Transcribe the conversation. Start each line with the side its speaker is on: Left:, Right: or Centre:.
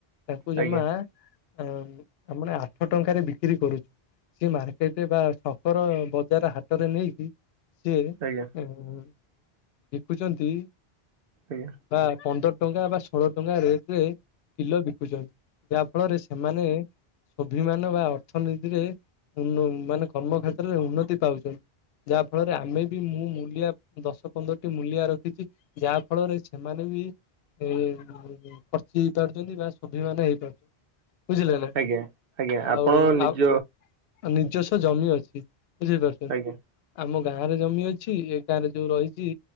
Left: ତାଙ୍କୁ ଜମା
Right: ଆଜ୍ଞା ଆଜ୍ଞା
Left: ଆ ଆ ମାନେ ଆଠ ଟଙ୍କାରେ ବିକ୍ରି କରୁଛୁ। ସେ ମାର୍କେଟରେ ବା ଶଙ୍କର ବଜାର ହାଟରେ ନେଇକି ସିଏ
Right: ଆଜ୍ଞା।
Left: ଏଁ ଦେଖୁଛନ୍ତି।
Right: ଆଞା।
Left: ବା ପନ୍ଦର ଟଙ୍କା ବା ଷୋହଳ ଟଙ୍କା ରେଟ ରେ କିଲୋ ବିକୁଛନ୍ତି ଯାହା ଫଳରେ ସେମାନେ ସ୍ୱାଭିମାନ ବା ଅର୍ଥନୀତିରେ ଉ ମାନେ କର୍ମକ୍ଷେତ୍ର ଉନ୍ନତି ପାଉଚନ ଯାହା ଫଳରେ ଆମେ ବି ମୁଁ ମୂଲିଆ ଦଶ ପନ୍ଦରଟି ମୂଲିଆ ରଖିଛି ଯାହା ଫଳରେ ସେମାନେ ବି ଏଁ ଖର୍ଚି ହେଇ ପାରୁଛନ୍ତି ନାଁ ସ୍ୱାଭିମାନ ହେଇପାରୁଛନ୍ତି? ବୁଝିଲେ ନାଁ
Right: ଆଜ୍ଞା ଆଜ୍ଞା
Left: ଆଉଁ
Right: ଆପଣ ନିଜ
Left: ଆଉଁ। ଆଁ ନିଜସ୍ୱ ଜମି ଅଛି ବୁଝିପାରୁଛନ୍ତି।
Right: ଆଜ୍ଞା
Left: ଆମ ଗାଁ ରେ ଜମି ଅଛି। ଏ ଗାଁ ରେ ଯୋଉଁ ରହିଛି